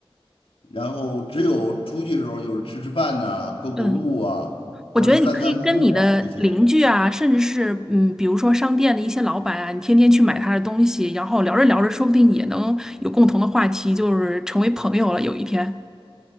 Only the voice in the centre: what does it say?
嗯，我觉得你可以跟你的邻居啊，
甚至是嗯，比如说商店的一些老板啊，你天天去买他的东西，然后聊着聊着，说不定也能有共同的话题，就是成为朋友了，有一天，